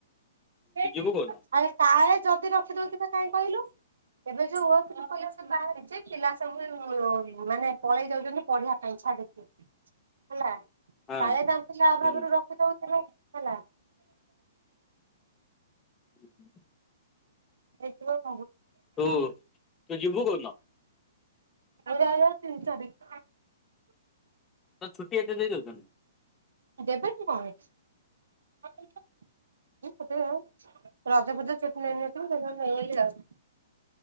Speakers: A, on the right (about 80°); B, on the left (about 20°).
A: <unintelligible>
B: ତୁ ଯିବୁ କୋଉଦିନ?
A: କାଏ ଯଦି ରଖିଦଉଥିବେ କାହିଁ କହିଲୁ? ଏବେ ଯୋଉ <unintelligible> ବାହାରିଛି ପିଲା ସବୁ ମାନେ ପଳେଇ ଯାଉଛନ୍ତି ପଢ଼ିବା ପାଇଁ। ହେଲା।
B: ହଁ
A: କାଳେ ଯାଉଥିଲା
B: ହୁଁ
A: <unintelligible> ହେଲା।
B: ହୁଁ ହୁଁ।
A: ହେଇଥିବ।
B: ତୁ ତୁ ଯିବୁ କଉଦିନ?
A: <unintelligible> ତିନି ଚାରିଖ୍
B: ତ ଛୁଟି ଏତେ ଦେଇଦଉଛନ୍ତି।
A: ଦେବେନି କଣ <unintelligible> ମୁଁ <unintelligible> ରଜ ଫଜ ଛୁଟି ନେଇନଥିଲି ସେଥିପାଇଁ ନେଇଗଲି ଆଉ। <inaudible>